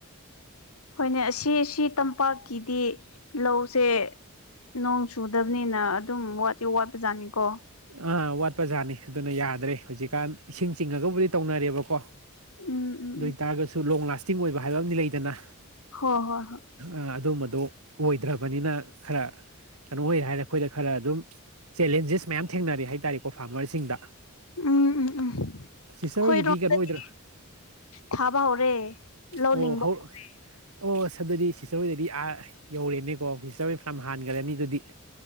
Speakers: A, on the left; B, on the right.
A: ꯍꯣꯏꯅꯦ ꯑꯁꯤ ꯁꯤ ꯇꯝꯄꯥꯛꯀꯤꯗꯤ ꯂꯧꯁꯦ꯫ ꯅꯣꯡ ꯆꯨꯗꯕꯅꯤꯅ ꯑꯗꯨꯝ ꯋꯥꯗꯤ ꯋꯥꯠꯄꯖꯥꯠꯅꯤꯀꯣ꯫
B: ꯑꯥ ꯋꯥꯠꯄ ꯖꯥꯠꯅꯤ ꯑꯗꯨꯅ ꯌꯥꯗ꯭ꯔꯦ ꯍꯧꯖꯤꯛꯀꯥꯟ ꯏꯁꯤꯡ ꯆꯤꯡꯉꯒꯕꯨꯗꯤ ꯇꯧꯅꯔꯦꯕꯀꯣ꯫
A: ꯎꯝ ꯎꯝ
B: ꯑꯗꯣꯏ
A: ꯎꯝ
B: ꯇꯥꯔꯒꯁꯨ ꯂꯣꯡ ꯂꯥꯁꯇꯤꯡ ꯑꯣꯏꯕ ꯍꯥꯏꯕ ꯑꯃꯥꯗꯤ ꯂꯩꯗꯅ꯫
A: ꯍꯣꯏ ꯍꯣꯏ ꯍꯣꯏ꯫
B: ꯑ ꯑꯗꯨꯝꯕꯗꯨꯣ ꯑꯣꯏꯗ꯭ꯔꯕꯅꯤꯅ ꯈꯔ ꯀꯩꯅꯣ ꯑꯣꯏ ꯍꯥꯏꯔ ꯑꯩꯈꯣꯏꯗ ꯈꯔ ꯑꯗꯨꯝ ꯆꯦꯂꯦꯟꯖꯦꯁ ꯃꯌꯥꯝ ꯊꯦꯡꯅꯔꯦ ꯍꯥꯏꯇꯥꯔꯦꯀꯣ ꯐꯥꯔꯃꯔꯁꯤꯡꯗ꯫
A: ꯎꯝ ꯎꯝ ꯎꯝ
B: ꯁꯤꯁꯇꯔ
A: ꯈꯣꯏꯔꯣꯝꯗꯗꯤ꯫
B: ꯍꯣꯏꯒꯤꯗꯤ ꯀꯩꯅꯣ ꯑꯣꯏꯗ꯭ꯔꯣ
A: ꯊꯥꯕ ꯍꯧꯔꯦ ꯂꯧ
B: ꯑꯣ
A: ꯂꯤꯡꯕ
B: ꯍꯧ
A: ꯍꯧꯔꯦ꯫
B: ꯑꯣ ꯑꯁ ꯑꯗꯨꯗꯤ ꯁꯤꯁꯇꯔ ꯍꯣꯏꯗꯗꯤ ꯑꯥ ꯌꯧꯔꯦꯅꯦꯀꯣ ꯁꯤꯁꯇꯔ ꯍꯣꯏ ꯐꯥꯅꯝ ꯍꯥꯟꯈ꯭ꯔꯅꯤ ꯑꯗꯨꯗꯤ꯫